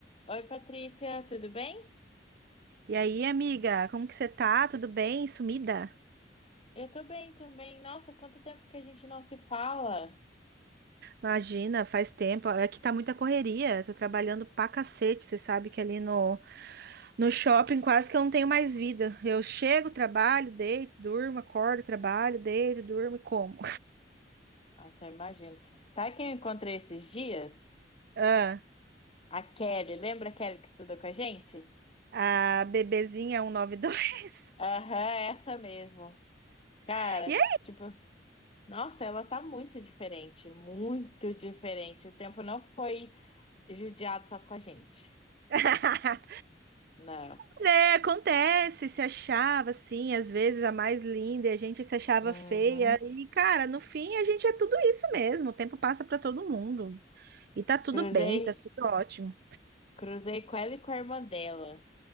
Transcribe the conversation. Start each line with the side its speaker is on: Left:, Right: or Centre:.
Left: Oi, Patrícia, tudo bem?
Right: E aí, amiga, como que você tá? Tudo bem? Sumida?
Left: Eu tô bem também. Nossa, quanto tempo que a gente não se fala.
Right: Imagina, faz tempo. Aqui tá muita correria. Tô trabalhando pra cacete. Você sabe que ali no, no shopping quase que eu não tenho mais vida. Eu chego, trabalho, deito, durmo, acordo, trabalho, deito, durmo e como.
Left: Nossa, eu imagino. Sabe quem eu encontrei esses dias?
Right: <laughs>
Left: A Kelly. Lembra a Kelly que estudou com a gente?
Right: Ah, a bebezinha 192.
Left: Aham, essa mesmo. Cara,
Right: E noventa e dois. <laughs> E
Left: tipo, nossa, ela tá muito diferente, muito diferente. O tempo não foi judiado só com a gente.
Right: aí,
Left: Não.
Right: né? Acontece, se achava assim, às vezes a mais linda, e a gente se achava
Left: Uhum.
Right: feia. E, cara, no fim a gente é tudo isso mesmo. O tempo passa pra todo mundo. E tá tudo
Left: Cruzei,
Right: bem, tá tudo ótimo.
Left: cruzei com ela e com a irmã dela.